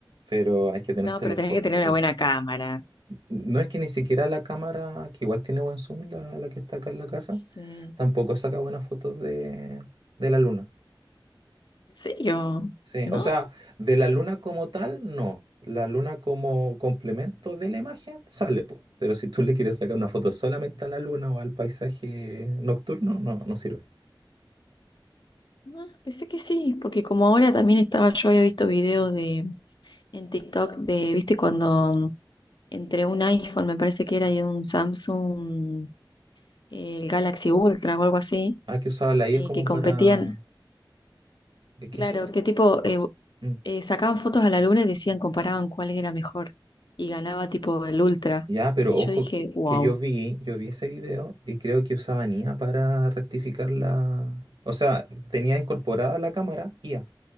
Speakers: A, on the right; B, on the left.
A: pero hay que tener
B: No,
A: telescopios
B: pero tenés que tener
A: para
B: una buena
A: eso.
B: cámara.
A: No es que ni siquiera la cámara, que igual tiene buen zoom, la, la que está acá en la casa,
B: Sí.
A: tampoco saca buenas fotos de, de la luna.
B: ¿En serio?
A: Sí,
B: ¿No?
A: o sea, de la luna como tal, no. La luna como complemento de la imagen sale, pues. Pero si tú le quieres sacar una foto solamente a la luna o al paisaje nocturno, no, no sirve.
B: Ah, pensé que sí, porque como ahora también estaba, yo había visto videos de en TikTok de, viste, cuando entre un iPhone, me parece que era, y un Samsung, eh, el Galaxy Ultra o algo así,
A: Ah, que usaba la IA
B: eh,
A: como
B: que competían,
A: para... Es que
B: claro,
A: eso... cre-
B: que tipo, eh,
A: Mm.
B: eh, sacaban fotos a la luna y decían, comparaban cuál era mejor, y ganaba tipo el Ultra.
A: Ya, pero
B: Y
A: ojo,
B: yo dije,
A: que,
B: wow.
A: que yo vi, yo vi ese video y creo que usaban IA para rectificar la... O sea, tenía incorporada la cámara IA.